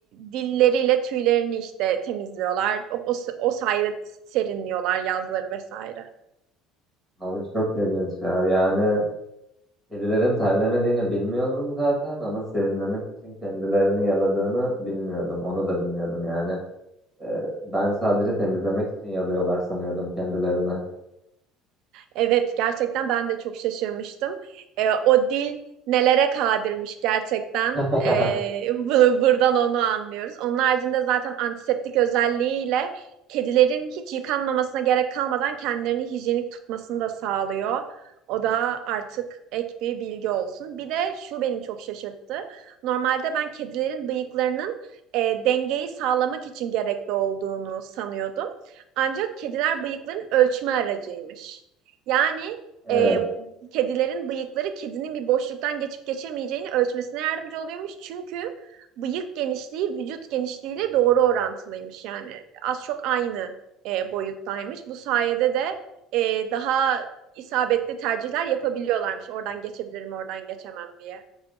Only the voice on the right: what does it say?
dilleriyle tüylerini işte temizliyorlar. O, o, o sayede serinliyorlar yazları vesaire.
Evet, gerçekten ben de çok şaşırmıştım. Ee, o dil nelere kadirmiş gerçekten.
Ee, bu- buradan onu anlıyoruz. Onun haricinde zaten antiseptik özelliğiyle kedilerin hiç yıkanmamasına gerek kalmadan kendilerini hijyenik tutmasını da sağlıyor. O da artık ek bir bilgi olsun. Bir de şu beni çok şaşırttı. Normalde ben kedilerin bıyıklarının e, dengeyi sağlamak için gerekli olduğunu sanıyordum. Ancak kediler bıyıkların ölçme aracıymış. Yani
e, kedilerin bıyıkları kedinin bir boşluktan geçip geçemeyeceğini ölçmesine yardımcı oluyormuş. Çünkü bıyık genişliği vücut genişliğiyle doğru orantılıymış. Yani az çok aynı e, boyuttaymış. Bu sayede de e, daha isabetli tercihler yapabiliyorlarmış. Oradan geçebilirim, oradan geçemem diye.